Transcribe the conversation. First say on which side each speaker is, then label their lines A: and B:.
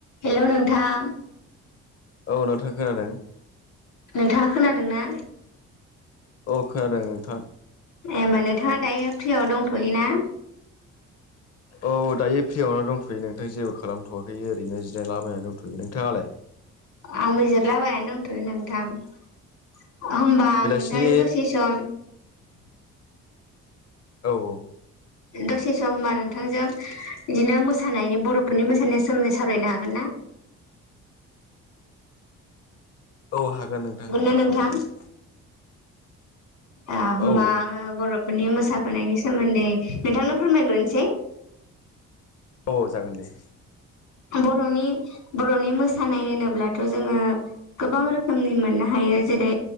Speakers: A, on the left; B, on the left.
A: हेल' नोंथां।
B: औ नोंथां खोनादों।
A: नोंथाङा खोनादोंना
B: औ खोनादों नोंथां
A: ए होमबा नोंथाङा दायो फ्रियाव दंथ'योना
B: औ दायो फ्रियावनो दंथ'यो नोंथां जेबो खालामथ'वाखै ओरैनो जिरनायलाबायनानै दंथ'यो नोंथाङालाय
A: आंबो जिरायलाबायनानो दंथ'यो नोंथां होमब्ला
B: अ बेलासिनि
A: आं नोंथांजों दसे सम
B: औ औ
A: दसे सम होमबा नोंथांजों बिदिनो मोसानायनि बर'फोरनि मोसानाय सोमोन्दै सावरायनो हागोन ना।
B: औ हागोन नोंथां हागोन
A: ना नोंथां
B: सोंजागोन।
A: अ होमबा
B: औ
A: आङो बर'फोरनि मोसाबोनायनि सोमोन्दै नोंथांनो फोरमायग्रोनोसै।
B: औ जागोन दे।
A: बर'नि बर'नि मोसानाय होनोब्लाथ' जोंङो गोबां रोखोमनि मोननो हायो जेरै